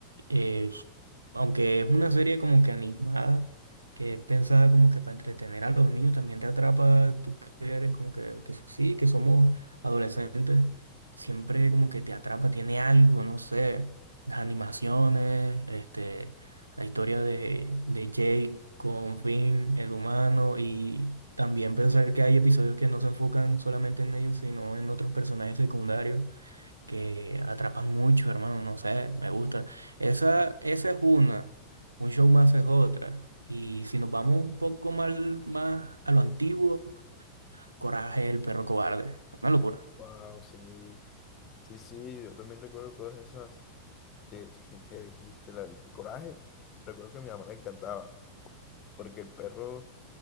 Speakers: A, on the right (about 80°); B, on the left (about 30°).
A: es- aunque es una serie como que animada, que es pensada como que para entretener a los niños, también te atrapa, tú que eres como que, que so, sí, que somos adolescentes, siempre como que te atrapa, tiene algo, no sé las animaciones, este, la historia de, de Jake con Finn, el humano, y también pensar que hay episodios que no se enfocan solamente en ellos, sino en otros personajes secundarios que atrapan mucho, hermano, no sé, me gusta. Esa, esa es una, un show más es otra. Y si nos vamos un poco más, más a lo antiguo, Coraje, el perro cobarde. Una locura. <laughs>
B: Wow, sí. Sí, sí, yo también recuerdo todas esas que, <laughs> que, que dijiste. la- el coraje, recuerdo que a mi mamá le encantaba, porque el perro